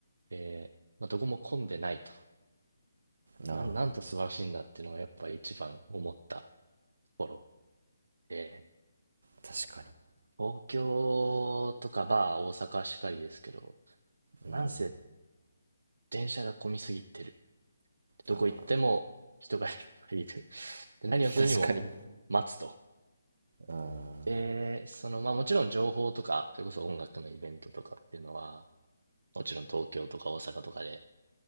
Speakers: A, on the right; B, on the right.
A: で、まあ、どこも混んでないと。
B: ああ、
A: なん、なんと素晴らしいんだっていうのが、やっぱ一番思ったところで、
B: 確かに。
A: 東京とか、バー大阪しかりですけど、なんせ
B: うん、
A: 電車が混みすぎてる。どこ行っても人がいっぱいいる。
B: ああ、
A: <laughs> で、何をするにも待つと。
B: 確かに。ああ、
A: で、その、まあもちろん情報とか、それこそ音楽のイベントとかっていうのは、もちろん東京とか大阪とかで